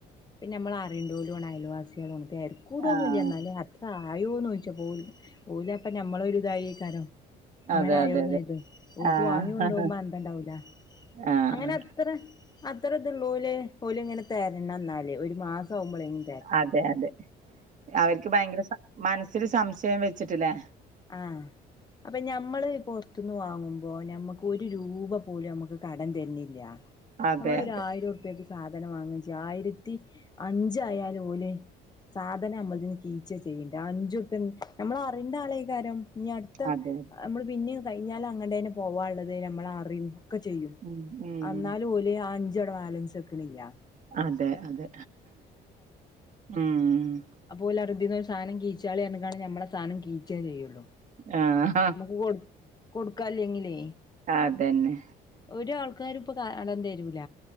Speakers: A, on the left; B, on the right.
A: പിന്നെയമ്മള് അറിയണ്ടോലുവാണ് അയൽവാസികളുവാണ് തെരക്കൂടൊന്നുവില്ല
B: ആഹ്
A: എന്നാലും അത് ആയോന്നോയ്ച്ചപ്പോല് ഓല് അപ്പ ഞമ്മളൊരുതായേകാരം അങ്ങനെയായോന്നെയ്തും
B: അതെ അതെ അതെ
A: ഓൽക്ക്
B: ആഹ്
A: വാങ്ങി കൊണ്ടോവുമ്പോ അന്തോണ്ടാവൂല
B: ആഹ്
A: അങ്ങനെ അത്ര അത്രയിതൊള്ളോല് ഓലിങ്ങനെ തെരണം എന്നാല് ഒരു മാസാവുമ്പളെങ്കി
B: അതെ അതെ അവർക്ക് ഭയങ്കര സ മനസ്സില് സംശയം വെച്ചിട്ടല്ലേ
A: ആ അപ്പൊഞമ്മള് പൊറത്തുന്നുവാങ്ങുമ്പോ ഞമ്മക് ഒര് രൂപപോലും അമ്മക്ക് കടം തെര്ണില്ല
B: അതെ
A: അമ്മള് ഒരായ്
B: അതെ
A: ആയിരുപ്യക്ക് സാധനംവാങ്ങുചെയ്യ് ആയിരത്തിഅഞ്ചായാലും ഓല്. സാധനം അമ്മള്തീന്ന് കീച്ച ചെയ്യേണ്ട് ആ അഞ്ചുർപ്യ ഞമ്മളറിയണ്ട കരം ഇഞ്ഞി അട്ത്ത
B: അതെ
A: അമ്മള് പിന്നിം കഴിഞ്ഞാലും അങ്ങട്ടെന്നെ പോവാള്ളത് ഞമ്മള് അറിം. ഒക്കെചെയ്യും
B: ഉം ഉം
A: അന്നാലുംഓല് ആ അഞ്ചവുടെ ബാലെൻസ് വെക്ക്ണില്ല.
B: അതെ, അതെ ഉം
A: അപ്പോല്അറിം ഇ‌തീന്ന് ഒരു സാധനം കീച്ചാളിർഞ്ക്കാണ്ട് ഞമ്മെളെ സാധനം കീച്ചേ ചെയ്യൊള്ളൂ.
B: ആഹ്
A: അമ്മക്ക് കൊട് കൊടുക്കല്ലെങ്കിലേ
B: അതന്നെ
A: ഒരാൾ ക്കാരുഇപ്പൊ കടംതെരൂല.